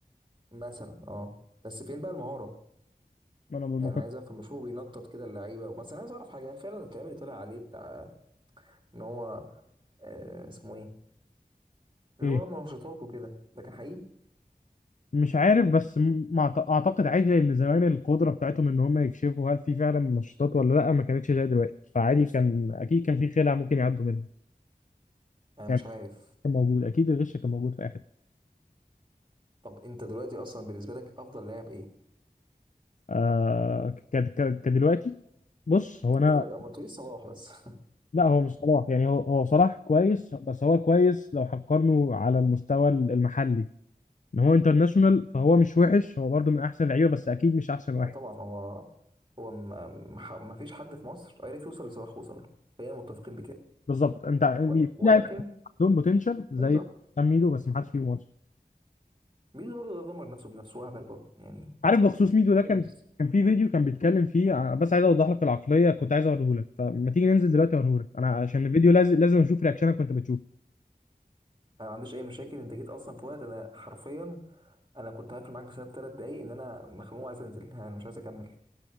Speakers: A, on the right (about 30°); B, on the left (about 55°).
A: مثلا اه بس فين بقى المهاره
B: انا ما
A: يعني
B: كنت
A: انا عايز افهم مش هو بينطط كده اللعيبه بس انا عايز اعرف حاجه هل فعلا الكلام اللي طلع عليه بتاع ان هو آه اسمه ايه اللي
B: ايه
A: هو منشطات وكده لكن حقيقي
B: مش عارف بس م- مع- اعتقد عادي لان زمان القدره بتاعتهم ان هم يكشفوا هل في فعلا منشطات ولا لا ما كانتش زي دلوقتي فعادي كان اكيد كان في خلع ممكن يعدوا منها
A: انا
B: يعني
A: مش عارف
B: كان موجود اكيد الغش كان موجود في اي حته
A: طب انت دلوقتي اصلا بالنسبه لك افضل لاعب ايه
B: آه ك- ك- كدلوقتي بص هو انا
A: دلوقتي ما تقوليش صلاح بس <laughs>
B: لا هو مش صلاح يعني هو هو صلاح كويس بس هو كويس لو هنقارنه على المستوى المحلي ان هو انترناشونال فهو مش وحش هو برضه من احسن اللعيبه بس اكيد مش احسن واحد
A: لا طبعا هو هو ما ما- ما فيش حد في مصر عرف يوصل لصلاح وصل له خلينا متفقين بكده
B: بالظبط انت يعني
A: ول-
B: في
A: ولكن
B: لعيبه عندهم بوتنشال زي
A: بالظبط
B: حسام ميدو بس ما حدش فيهم اصلا
A: ميدو برضه ده دمر نفسه بنفسه هبل برضه يعني
B: عارف بخصوص ميدو
A: مش
B: ده كان
A: فاهم.
B: كان في فيديو كان بيتكلم فيه ع- بس عايز اوضح لك العقليه كنت عايز اوريه لك فما تيجي ننزل دلوقتي اوريه لك انا عشان الفيديو لازم لازم اشوف رياكشنك وانت بتشوفه
A: انا ما عنديش اي مشاكل انت جيت اصلا في وقت انا حرفيا انا كنت هقفل معاك بسبب ثلاث دقايق ان انا مخنوق عايز انزل انا مش عايز اكمل